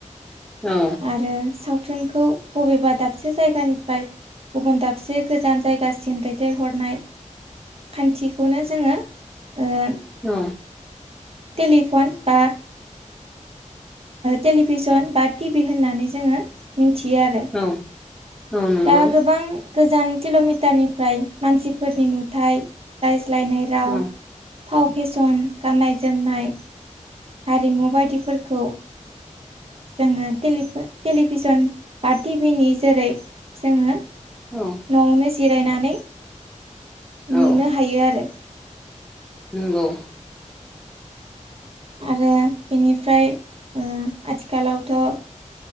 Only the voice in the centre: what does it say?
औ
औ
औ औ नंगौ
औ
औ
औ
नंगौ